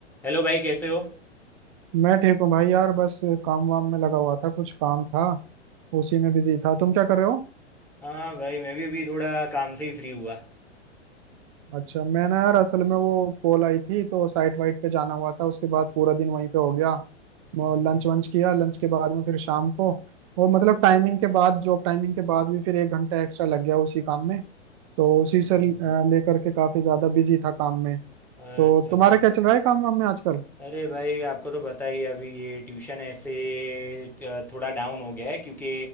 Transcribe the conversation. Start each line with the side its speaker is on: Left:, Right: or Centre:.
Centre: Hello भाई कैसे हो
Right: मैं ठीक हूँ भाई यार बस काम वाम में लगा हुआ था कुछ काम था उसी में बिजी था तुम क्या कर रहे हो
Centre: हाँ भाई मैं भी अभी थोड़ा काम से ही फ्री हुआ
Right: अच्छा मैं ना यार असल में वो कॉल आई थी तो साइट वाइट पे जाना हुआ था उसके बाद पूरा दिन वहीं पे हो गया
Centre: हम्म,
Right: लंच वंच किया लंच के बाद में फिर शाम को और मतलब टाइमिंग के बाद जॉब टाइमिंग के बाद भी फिर एक घंटा एक्स्ट्रा लग गया उसी काम में तो उसी से
Centre: अच्छा
Right: अ, लेकर के काफी ज्यादा बिजी था काम में तो
Centre: अच्छा
Right: तुम्हारा
Centre: भाई
Right: क्या चल रहा है काम वाम में आजकल
Centre: अरे भाई आपको तो पता ही है अभी ये ट्यूशन ऐसे अ, थोड़ा डाउन हो गया है क्योंकि